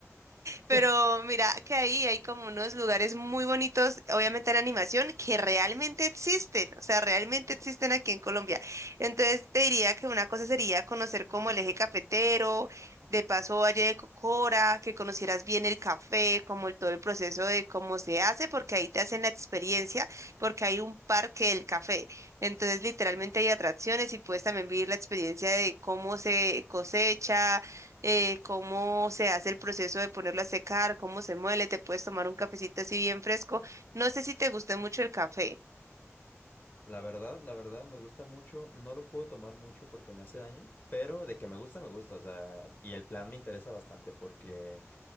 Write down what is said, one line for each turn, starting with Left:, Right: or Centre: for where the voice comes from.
Left: <laughs>
Right: Pero mira que ahí hay como unos lugares muy bonitos, obviamente en animación, que realmente existen, o sea, realmente existen aquí en Colombia. Entonces te diría que una cosa sería conocer como el eje cafetero, de paso Valle de Cocora, que conocieras bien el café, como el- todo el proceso de cómo se hace, porque ahí te hacen la experiencia, porque hay un parque del café. Entonces literalmente hay atracciones y puedes también vivir la experiencia de cómo se cosecha eh, cómo se hace el proceso de ponerlo a secar, cómo se muele, te puedes tomar un cafecito así bien fresco. No sé si te guste mucho el café.
Left: La verdad, la verdad me gusta mucho, no lo puedo tomar mucho porque me hace daño, pero de que me gusta, me gusta, o sea, y el plan me interesa bastante porque